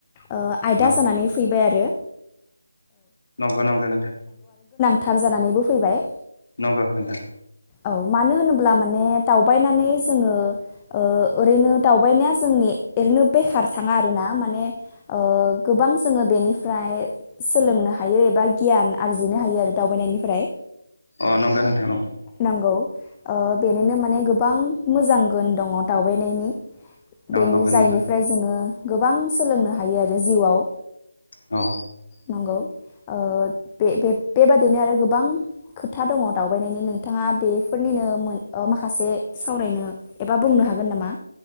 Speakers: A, on the left; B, on the left.
A: ओ आयदा
B: न
A: जानानै फै बाय आरो
B: नंगो नंगो नोंथां।
A: थार जानानैबो फैबाय।
B: नंगो नोंथां।
A: औ मानो होनोब्ला माने दावबायनानै जोङो ओ ओरैनो दावबायनाया जोंनि ओरैनो बेखार थाङा आरोना माने ओ गोबां जोङो बेनिफ्राय सोलोंनो हायो एबा गियान आरजिनो हायो आरो दावबायनायनिफ्राय।
B: अ नंगौ नोंथां नंगौ
A: नंगौ ओ बेनिनो माने गोबां मोजां गुन दङ दावबायनायनि
B: अ
A: बेनि
B: नंगौ
A: जायनिफ्राय
B: नोंथां
A: जोङो गोबां सोलोंनो हायो आरो जिउआव
B: औ
A: नंगौ ओ बे-बेबादिनो आरो गोबां खोथा दङ दावबायनायनि नोंथाङा बेफोरनिनो मोन ओ माखासे सावरायनो एबा बुंनो हागोन नामा?